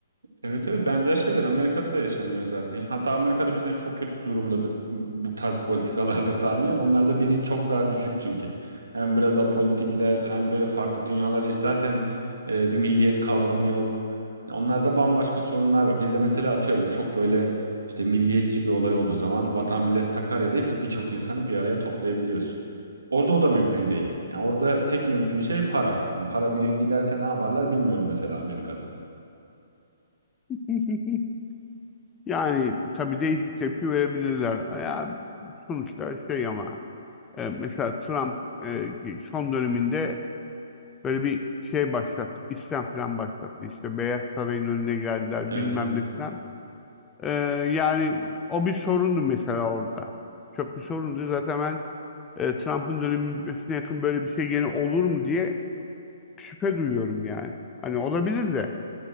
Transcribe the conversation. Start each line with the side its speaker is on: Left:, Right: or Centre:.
Right: Evet evet benzer şeyler Amerika'da da yaşanıyor zaten. Hatta Amerika'da bizden çok kötü durumdadır bu tarz politikalarda tahminen. Onlarda bilinç çok daha düşük çünkü. Hem biraz apolitikler hem böyle farklı dünyalar yaş- zaten e, bir milliyet kavramı yok. Onlarda bambaşka sorunlar var. Bizde mesela atıyorum çok böyle işte milliyetçi bir olay olduğu zaman Vatan Millet Sakarya deyip birçok insanı bir araya toplayabiliyorsun. Orada o da mümkün değil. Yani orada tek mümkün şey para. Yani para bir gün giderse ne yaparlar bilmiyorum mesela Amerika'da.
Left: <laughs> Yani tabii değişik tepki verebilirler. Ya, sonuçta şey ama e, mesela Trump e, son döneminde böyle bir şey başlattı. İsyan falan başlattı. İşte Beyaz Saray'ın önüne geldiler
Right: Evet
Left: bilmem
Right: evet.
Left: ne falan. E, yani o bir sorundu mesela orada. Çok bir sorundu. Zaten ben e, Trump'ın dönemi bitmesine yakın böyle bir şey gene olur mu diye şüphe duyuyorum yani. Hani olabilir de.